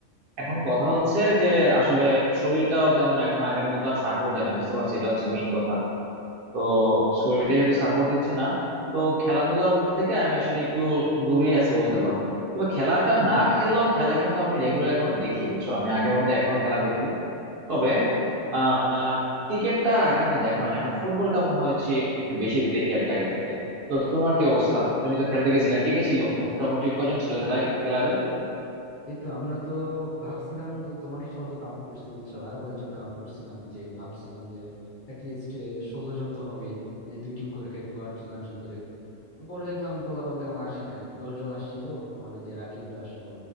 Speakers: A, on the left; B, on the right.
A: হুম,
B: এখন
A: হুম।
B: কথা হচ্ছে যে আসলে শরীরটাও তেমন এখন আগের মতো আর সাপোর্ট দেয় না বুঝতে পারছো এটা হচ্ছে মেইন কথা তো শরীরটা যেহেতু সাপোর্ট দিচ্ছে না তো খেলাধুলা থেকে আমি আসলে একটু দূরেই আছি বলতে পারো তবে খেলাটা না খেললেও খেলা কিন্তু আমি রেগুলার এখনো দেখি বুঝছো আমি আগের মতো এখনো খেলা দেখি তবে আহ ক্রিকেটটা আর আগের মতো দেখা হয় না এখন ফুটবলটা মনে হয় হচ্ছে একটু বেশি দেখি আর কি আগে থেকে তো তোমার কি অবস্থা তুমি তো খেলতে গেছিলা কে কে ছিল মোটামুটি কজন ছিল খেলায় গেলা যে
A: এই তো আমরা তো ভাবছিলাম যে তোমাকে সহ তো কাউন্ট করছি বুঝছো আর কয়েকজন কাউন্ট করছিলাম যে ভাবছিলাম যে অ্যাটলিস্ট ষোলো জন তো হবেই যে দুই টিম করে খেলবো আট জন আট জন করে তো পরে দেখলাম পোলাপান তেমন আসে না আর কি দশ জন আসছিল তোমার ওই যে রাকিবরা আসলো